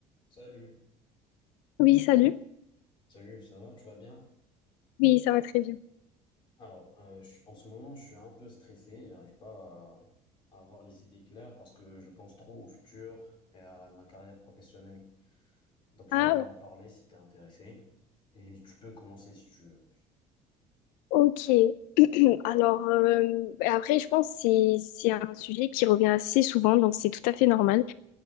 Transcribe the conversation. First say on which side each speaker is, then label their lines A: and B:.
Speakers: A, on the left (about 40°); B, on the left (about 80°).
A: Salut.
B: Oui, salut.
A: Salut, ça va, tu vas bien?
B: Oui, ça va très bien.
A: Alors, euh, je- en ce moment, je suis un peu stressé, j'arrive pas à, à avoir les idées claires parce que je pense trop au futur et à ma carrière professionnelle. Donc, j'ai
B: Ah,
A: envie d'en parler si tu es intéressé. Et tu peux commencer si tu veux.
B: ok. <clears throat> Alors, euh, après, je pense que c'est c'est un sujet qui revient assez souvent, donc c'est tout à fait normal